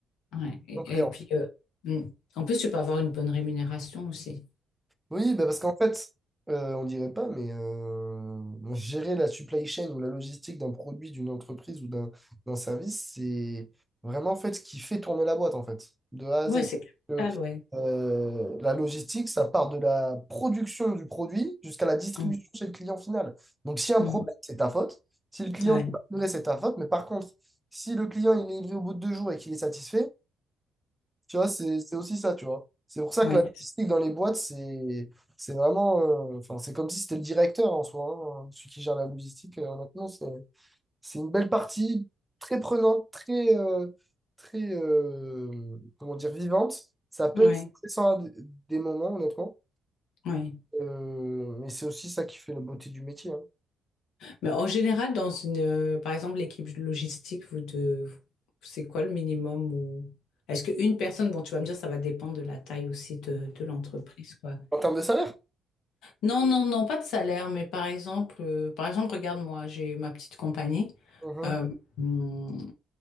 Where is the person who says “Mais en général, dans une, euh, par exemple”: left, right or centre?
Left